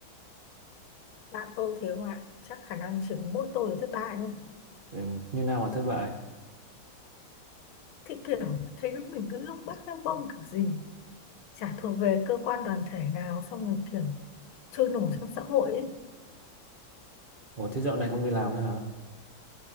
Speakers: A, on the left; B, on the right.
A: Bạn tôi thế không ạ? Chắc khả năng chỉ có mỗi tôi là thất bại thôi.
B: Ừ, như nào mà thất bại?
A: Thì kiểu thấy lúc mình cứ lúc bắt lông bông kiểu gì. Chả thuộc về cơ quan đoàn thể nào xong rồi kiểu trôi nổi trong xã hội ấy.
B: Ồ thế dạo này không đi làm nữa hả?